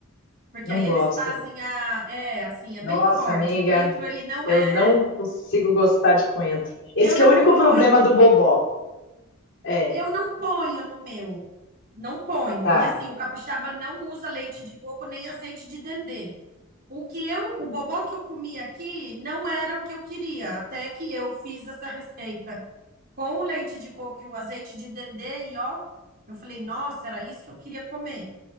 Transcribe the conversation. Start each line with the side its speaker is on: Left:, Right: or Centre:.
Right: porque
Left: não
Right: aí
Left: gosto.
Right: eles fazem a, é, assim, é
Left: Nossa,
Right: bem forte.
Left: amiga,
Right: O coentro ele não
Left: eu
Right: é,
Left: não consigo gostar de coentro. Esse
Right: eu não
Left: que é o único
Right: ponho.
Left: problema do bobó. É,
Right: Eu não ponho no meu. Não ponho.
Left: tá,
Right: E assim, o capixaba não usa leite de coco nem azeite de dendê. O que eu, o bobó que eu comi aqui não era o que eu queria, até que eu fiz essa receita. com o leite de coco e o azeite de dendê e ó, eu falei, nossa, era isso que eu queria comer.